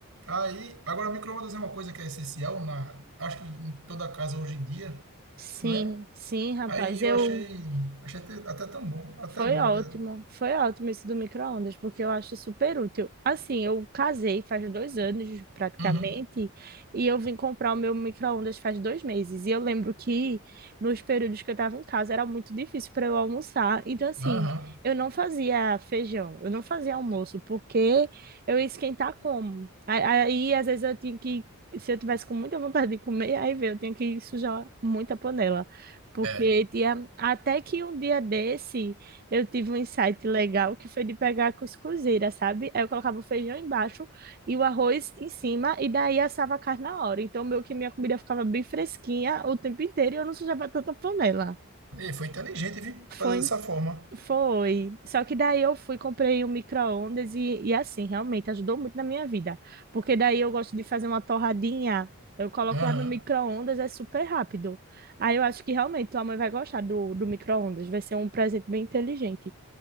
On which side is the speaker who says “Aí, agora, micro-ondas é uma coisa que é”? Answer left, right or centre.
Right